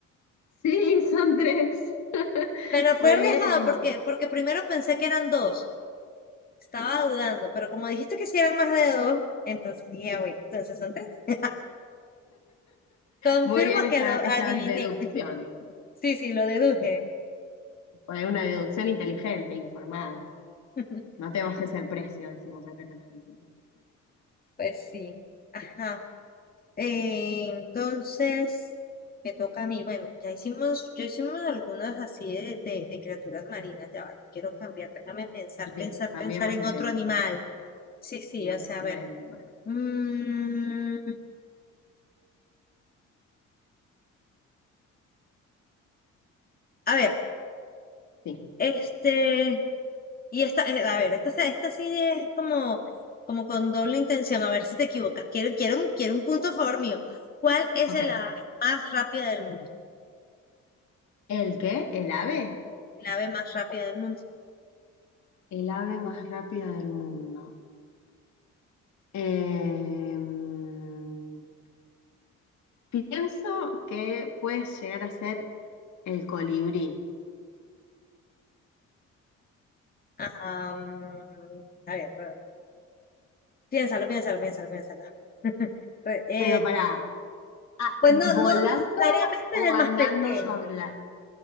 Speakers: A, on the left; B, on the left.
A: Sí, son tres. <laughs>
B: Pero fue
A: Muy
B: arriesgada
A: bien,
B: porque, porque primero pensé que eran dos. Estaba dudando, pero como dijiste que si eran más de dos, entonces dije, "Ah, bueno, entonces son tres. Confirmo
A: muy bien esa-
B: que lo
A: esas
B: adiviné.
A: deducciones.
B: <laughs> Sí, sí, lo deduje.
A: Fue una deducción inteligente, informada.
B: <laughs>
A: No te bajes el precio, decimos acá en Argentina.
B: Pues sí. Ajá. Eh, entonces, me toca a mí. Bueno, ya hicimos, yo hicimos algunas así de, de, de criaturas marinas. Ya va, quiero cambiar. Déjame pensar,
A: Bien,
B: pensar,
A: cambiemos
B: pensar en
A: de,
B: otro animal. Sí, sí,
A: de,
B: o
A: o-
B: sea, a
A: de
B: ver.
A: animal.
B: Mm, a ver,
A: Sí,
B: este, y esta, eh, a ver, esta, se- esta sí es como, como con doble intención. A ver si te equivocas. Quiero, quiero, un- quiero un punto a favor mío. ¿Cuál es
A: ok.
B: el ave más rápida del mundo?
A: ¿El qué? ¿El ave?
B: El ave más rápida del mundo.
A: El ave más rápida del mundo. Em, pienso que puedes llegar a ser el colibrí.
B: Ah, mm, a ver. Piénsalo, piénsalo, piénsalo, piénsalo. Re- eh,
A: Pero pará, Ah,
B: pues
A: ¿volando
B: no, no necesariamente
A: o
B: es el
A: andando
B: más pequeño,
A: sobre la...